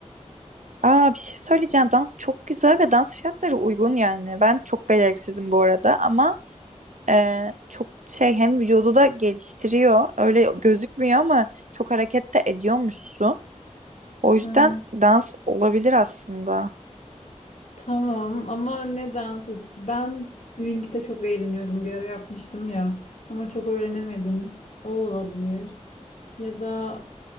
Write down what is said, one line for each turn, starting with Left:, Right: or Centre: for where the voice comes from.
Right: Aa, bir şey söyleyeceğim. Dans çok güzel ve dans fiyatları uygun yani. Ben çok beceriksizim bu arada ama e, çok şey hem vücudu da geliştiriyor. Öyle gözükmüyor ama çok hareket de ediyormuşsun. O yüzden
Left: Ha,
Right: dans olabilir aslında.
Left: tamam ama ne dansı? Ben swing'de çok eğleniyordum. Bir ara yapmıştım ya. Ama çok öğrenemedim. O olabilir. Ya da